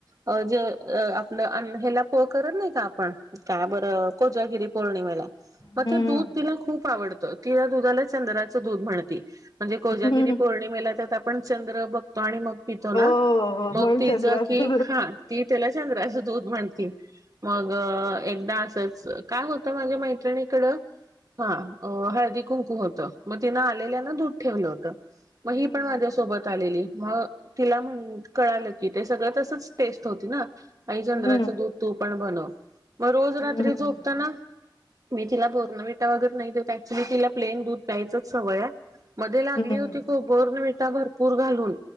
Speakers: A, on the right (about 45°); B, on the left (about 65°).
A: अ जे आपलं अन्न ह्याला पो करत नाही का आपण काय बरं कोजागिरी पौर्णिमेला.
B: हम्म
A: मग ते दूध तिला खूप आवडत ति या दुधाला चंद्राचं दूध म्हणती. म्हणजे कोजागिरी
B: हम्म
A: पौर्णिमेला त्यात आपण चंद्र बघतो आणि मग पितो
B: हो
A: ना
B: हो
A: मग
B: म्हणून
A: ति
B: चंद्राचं
A: ज की, हा ती त्याला चंद्राचं दूध म्हणतीय. मग एकदा असंच, काय होतं माझ्या मैत्रिणीकडं? हा, अं हळदी -कुंकू होत् त, मग तिनं आलेल्यान दुध ठेवलं होत, मग
B: हम्म
A: ही पण माझ्यासोबत आलेली, मग तिला म्हण, कळालं की ते सगळं तसच टेस्ट होती ना. आई चंद्राचं
B: हम्म
A: दूध तू पण बनव, मग रोज
B: हम्म
A: रात्री झोपताना मी तिला बोर्नविटा वगैर नाही देत, ॲक्च्युअली तिला प्लेन दूध प्यायचच सवय आहे, मदे लागली
B: हम्म
A: होती खुप बोर्नविटा भरपूर घालून.